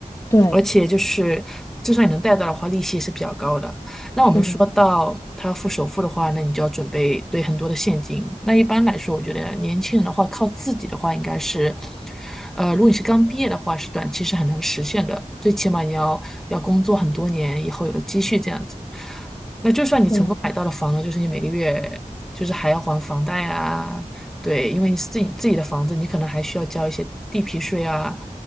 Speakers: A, on the left (about 25°); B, in the centre.
A: 对，
B: 而且就是就算你能贷到的话，利息也是比较高的。
A: 是的，
B: 说到他付首付的话，那你就要准备对很多的现金。那一般来说，我觉得年轻人的话，靠自己的话，应该是，呃，如果你是刚毕业的话，是短期是很难实现的，最起码你要要工作很多年以后有了积蓄这样子。那就算你成功买到了房呢，
A: 对。
B: 就是你每个月就是还要还房贷啊，对，因为你自己自己的房子，你可能还需要交一些地皮税啊，